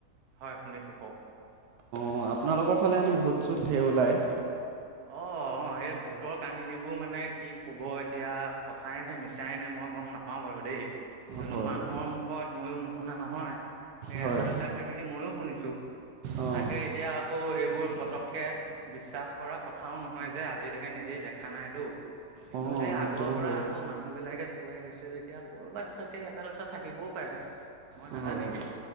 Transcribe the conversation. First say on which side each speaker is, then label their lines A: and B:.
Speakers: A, on the right (about 70°); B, on the right (about 80°).
A: হয়, শুনিছো কওঁক।
B: অ' আপোনালোকৰ ফালে হেনো ভোত চোত ধেৰ ওলায়।
A: অ' অ' এই ভূতৰ কাহিনীবোৰ মানে কি ক'ব এতিয়া সঁচাই নে মিছাই নে মই গ'ম নাপাওঁ বাৰু দেই কিয়নো
B: হয়
A: মানুহৰ
B: হয়
A: মুখত মইো নুশুনা নহয়। এই
B: হয়
A: এটাৰ দুটা কাহিনী মইয়ো শুনিছো।
B: অ'
A: তাকে এতিয়া আকৌ এইবোৰ পতককে বিশ্বাস কৰক। কথাও নহয়, যে আজিলৈকে নিজেই দেখা নাইতো। কিন্তু
B: অ'
A: সেই
B: সেইটোও
A: আগৰ পৰা
B: হয়
A: আকৌ মানুহ বিলাকে কৈ আহিছে যেতিয়া ক'ৰবাত চাগে এটা দুটা থাকিবও পাৰে। মই
B: হয়
A: নাজানিম।
B: হয়